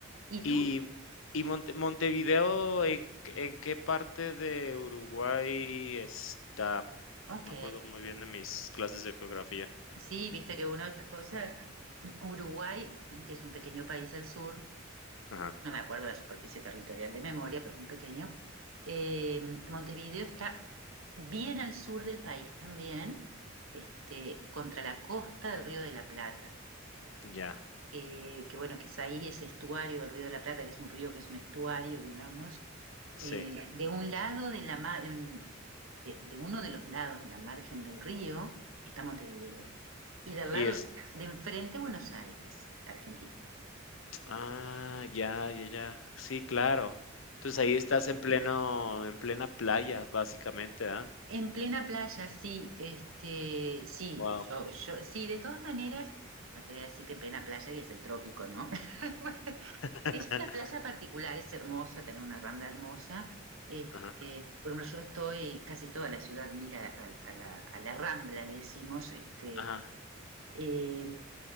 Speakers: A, on the right; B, on the left.
A: ¿Y
B: Y,
A: tú?
B: y Monte- Montevideo, ¿en, qué- en qué parte de Uruguay está?
A: Ok.
B: No me acuerdo muy bien de mis clases de geografía.
A: Sí, viste que una de estas cosas, Uruguay, que es un pequeño país al sur,
B: Ajá,
A: no me acuerdo la superficie territorial de memoria, pero muy pequeño. Eh, Montevideo está bien al sur del país también, este, contra la costa del Río de la Plata,
B: ya,
A: que, que bueno, que es ahí ese estuario del Río de la Plata, que es un río que es un estuario, digamos,
B: sí.
A: eh, de un lado de la ma- de, un- de- de uno de los lados de la margen del río está Montevideo, y del
B: Y
A: lado
B: es,
A: de enfrente Buenos Aires, Argentina.
B: Ah, ya, ya, ya. Sí, claro. Entonces,
A: Claro.
B: ahí estás en pleno en plena playa, básicamente, ¿ah?
A: En plena playa, sí, este, sí,
B: Wow.
A: yo, yo, sí, de todas maneras, no te voy a decir que en plena playa y es el trópico, ¿no? <laughs>
B: <laughs>
A: Es una playa particular, es hermosa, tener una rambla hermosa. eh,
B: Ajá,
A: por ejemplo, yo estoy, casi toda la ciudad mira a, a la, a la rambla, le decimos, este,
B: ajá,
A: eh,